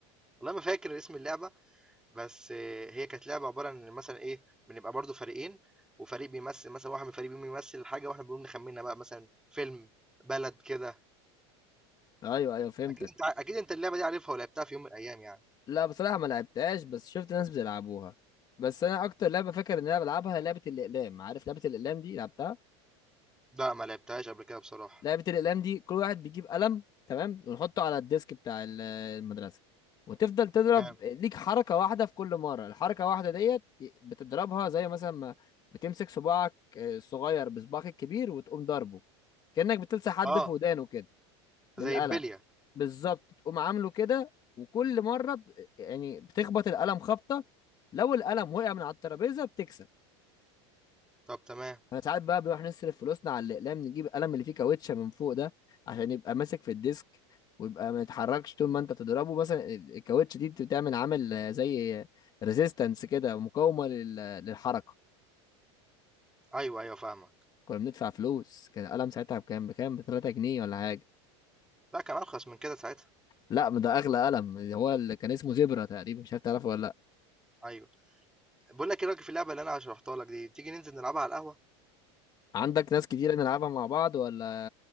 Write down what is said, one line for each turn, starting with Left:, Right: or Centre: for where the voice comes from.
Centre: والله ما فاكر اسم اللعبه بس آه، هي كانت لعبه عباره عن مثلا ايه بنبقى برضو فريقين وفريق بيمثل مثلا واحد من الفريقين بيمثل الحاجه واحنا بنقوم نخمنها بقى مثلا فيلم بلد كده
Left: ايوه ايوه فهمتك
Centre: اكيد انت اكيد انت اللعبه دي عارفها ولعبتها في يوم من الايام يعني
Left: لا بصراحة ما لعبتهاش بس شفت ناس بيلعبوها بس انا اكتر لعبة فاكر ان انا بلعبها هي لعبة الاقلام عارف لعبة الاقلام دي لعبتها
Centre: لا ما لعبتهاش قبل كده بصراحه
Left: لعبة الاقلام دي كل واحد بيجيب قلم تمام ونحطه على الديسك بتاع ال- المدرسة وتفضل تضرب
Centre: تمام.
Left: ليك حركة واحدة في كل مرة الحركة واحدة ديت بتضربها زي مثلا ما بتمسك صباعك آه، الصغير بصباعك الكبير وتقوم ضربه كأنك بتلسع حد
Centre: آه،
Left: في ودانه كده من
Centre: زي
Left: القلم
Centre: البلية.
Left: بالظبط تقوم عامله كده وكل مرة ب... يعني بتخبط القلم خبطة لو القلم وقع من على الترابيزة بتكسب
Centre: طب تمام.
Left: انا ساعات بقى بنروح نصرف فلوسنا على الأقلام نجيب القلم اللي فيه كاوتشة من فوق ده عشان يبقى ماسك في الديسك ويبقى ما يتحركش طول ما انت تضربه مثلا ال- الكاوتشة دي بتعمل عامل آه، زي ريزيستنس كده مقاومة لل... للحركة
Centre: أيوه، أيوه فاهمك.
Left: كنا بندفع فلوس كان القلم ساعتها بكام بكام ب 3 جنيه ولا حاجة
Centre: لأ كان أرخص من كده ساعتها،
Left: لا ما ده اغلى قلم هو اللي كان اسمه زبرة تقريبا مش عارف تعرفه ولا لا
Centre: أيوه. باقول لك إيه رأيك في اللعبة اللي أنا شرحتها لك دي، تيجي ننزل نلعبها على القهوة؟
Left: عندك ناس كتير نلعبها مع بعض ولا